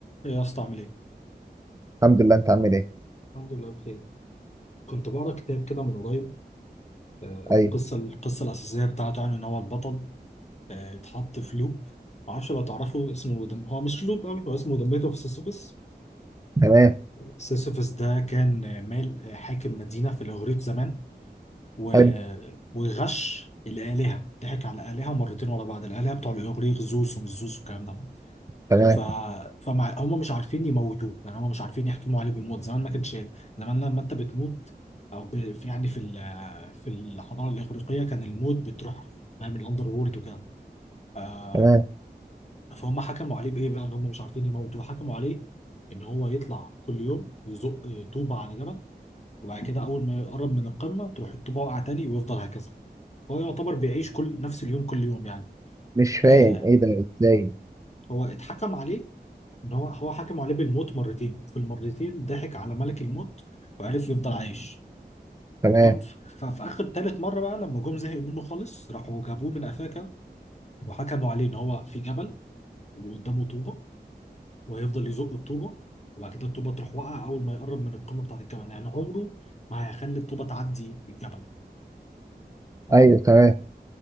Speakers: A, on the left; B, on the right.
A: ايه يا اسطى عامل ايه؟
B: الحمد لله انت عامل ايه
A: الحمد لله بخير كنت بقرا كتاب كده من قريب آه،
B: ايوه
A: القصه القصه الاساسيه بتاعته يعني ان هو البطل آه، اتحط في لوب معرفش لو تعرفه اسمه دم... هو مش لوب قوي هو اسمه ذا ميث اوف سيسيفس
B: تمام
A: سيسيفس ده كان آه، مال آه، حاكم مدينه في الاغريق زمان و...
B: حلو
A: وغش الالهه ضحك على الالهه مرتين ورا بعض الالهه بتوع الاغريق زوس ومش زوس والكلام ده
B: تمام
A: ف فمع هم مش عارفين يموتوه يعني هم مش عارفين يحكموا عليه بالموت زمان ما كانش زمان لما انت بتموت او ب... في يعني في ال... في الحضاره الاغريقيه كان الموت بتروح فاهم الاندر وورلد وكده آه
B: تمام
A: فهم حكموا عليه بايه بقى ان هم مش عارفين يموتوه حكموا عليه ان هو يطلع كل يوم يزق طوبه على جبل وبعد كده اول ما يقرب من القمه تروح الطوبه واقعه تاني ويفضل هكذا هو يعتبر بيعيش كل نفس اليوم كل يوم يعني
B: مش فاهم
A: آه
B: ايه ده ازاي
A: هو اتحكم عليه ان هو هو حكم عليه بالموت مرتين في المرتين ضحك على ملك الموت وعرف يفضل عايش
B: تمام
A: تمام ف- ففي اخر تالت مره بقى لما جم زهقوا منه خالص راحوا جابوه من افاكا وحكموا عليه ان هو في جبل وقدامه طوبه وهيفضل يزق الطوبه وبعد كده الطوبه تروح واقعه اول ما يقرب من القمه بتاعت الجبل يعني عمره ما هيخلي الطوبه تعدي الجبل تمام
B: ايوه تمام